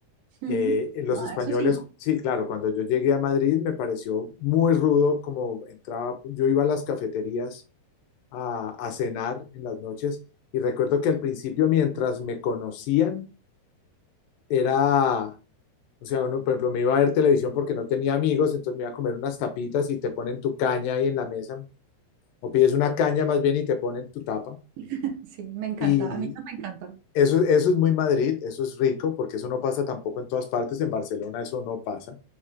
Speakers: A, on the right; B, on the left.
A: Mm.
B: Eh, los españoles,
A: Ah, eso sí.
B: sí, claro, cuando yo llegué a Madrid me pareció muy rudo como entraba, yo iba a las cafeterías a, a cenar en las noches y recuerdo que al principio mientras me conocían era, o sea, uno, por ejemplo, me iba a ver televisión porque no tenía amigos, entonces me iba a comer unas tapitas y te ponen tu caña ahí en la mesa, o pides una caña más bien y te ponen tu tapa.
A: <laughs> Sí, me encanta,
B: Y
A: a mí no me encanta.
B: eso, eso es muy Madrid, eso es rico, porque eso no pasa tampoco en todas partes, en Barcelona eso no pasa.